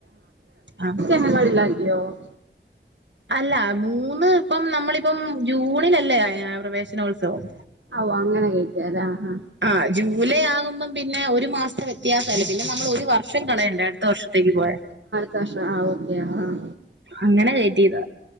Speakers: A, on the right; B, on the right.
A: ആഹ്
B: <unintelligible> യോ
A: അല്ല മൂന്ന് പ്പം നമ്മളിപ്പം ജൂണിലല്ലേ പ്രവേശനോത്സവം
B: അഹു അങ്ങനെ കെയ്റ്റാല്ലേ ആ
A: ആ ജൂലൈ ആകുമ്പം പിന്നെ ഒരു മാസം വെ വ്യയാസല്ലേ പിന്നെ നമ്മള് ഒരു വർഷം കളയണ്ടേ അടുത്ത വർഷത്തേക്ക് പോയാ
B: തവർഷം ആ ഓക്കെ ആഹ്
A: അങ്ങനെ കേറ്റിയതാ